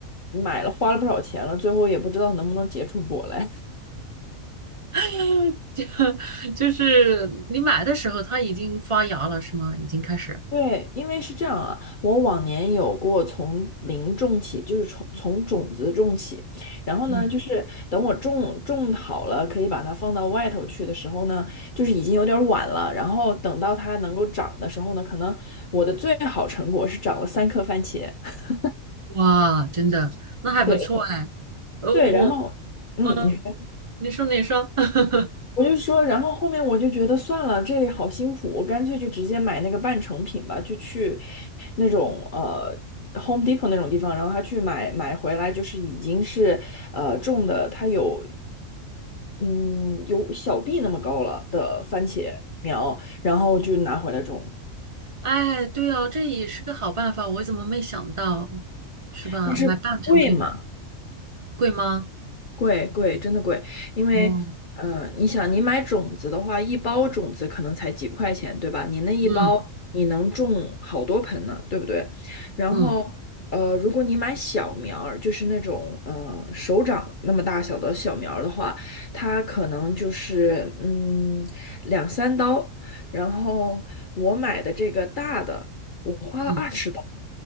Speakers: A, on the left; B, on the right.
A: 买了花了不少钱了，最后也不知道能不能结出果来。
B: <laughs> 就就是你买的时候它已经发芽了是吗？已经开始。
A: 对，因为是这样啊，我往年有过从零种起，就是从从种子种起，然后呢，
B: 嗯。
A: 就是等我种种好了，可以把它放到外头去的时候呢，就是已经有点晚了。然后等到它能够长的时候呢，可能我的最好成果是长了三颗番茄。<laughs>
B: 哇，真的，那还不错哎。
A: 对
B: 呃，
A: 对，
B: 我，
A: 然后嗯，
B: 嗯、
A: 你说
B: 你说你说，<laughs>
A: 我就说，然后后面我就觉得算了，这好辛苦，我干脆就直接买那个半成品吧，就去那种呃 Home Depot 那种地方，然后他去买买回来，就是已经是呃种的，它有嗯有小臂那么高了的番茄苗，然后就拿回来种，
B: 哎，对哦，这也是个好办法，我怎么没想到，是吧？
A: 但是贵嘛。
B: 买半成品贵吗？
A: 贵贵，真的贵，因为呃，
B: 哦，
A: 你想，你买种子的话，一包种子可能才几块钱，对吧？你那一包你能种好多盆呢，
B: 嗯
A: 对不对？然后
B: 嗯
A: 呃，如果你买小苗儿，就是那种呃手掌那么大小的小苗儿的话，它可能就是嗯两三刀。然后我买的这个大的，我花了二十。
B: 嗯，